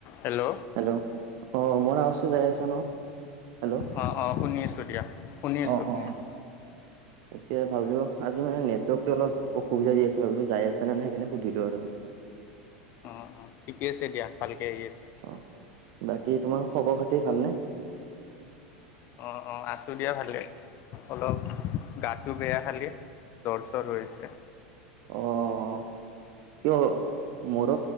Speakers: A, on the left; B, on the right.
A: হেল্ল'
B: হেল্ল' আহ মোৰ আৱাজটো যাই আছ ন হেল্ল'
A: অ অ শুনি আছোঁ দিয়া শুনি আছোঁ
B: অ
A: শুনি
B: অ
A: আছোঁ।
B: এতিয়া ভাবিলো আজি মানে নেটৱৰ্কতটো অলপ অসুবিধা দি আছে ভাবিলো যাই আছে নে ন সেই কেনে সুধিলো আৰু <inaudible>
A: অ অ ঠিকে আছে দিয়া ভালকে আহি আছে।
B: অ বাকী তোমাৰ খবৰ খাতি ভালনে?
A: অ অ আছো দিয়া ভালকে। অলপ গাটো বেয়া খালি জ্বৰ চৰ হৈ আছে।
B: অ কিয় মোৰ